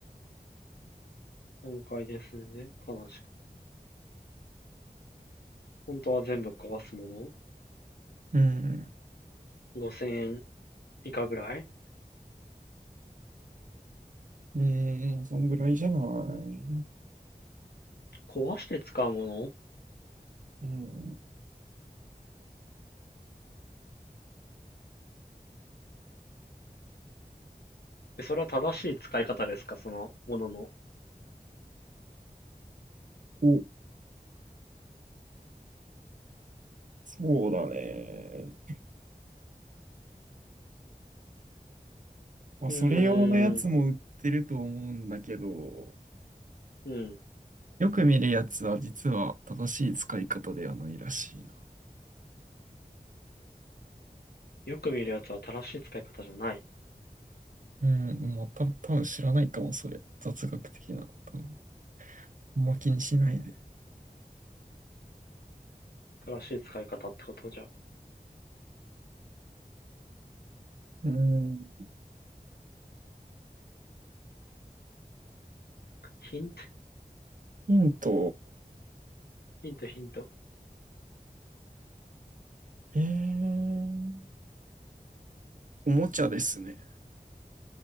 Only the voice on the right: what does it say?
た。うん。
うん、そんぐらいじゃない。
うん。
お、そうだね。まあ、
それ用のやつも売ってると思うんだけど、
よく見るやつは実は正しい使い方ではないらしいな。
うん、もうた、多分知らないかも、それ。雑学的な。多分あんま気にしないで。
うん。
ヒント、
えー、おもちゃですね。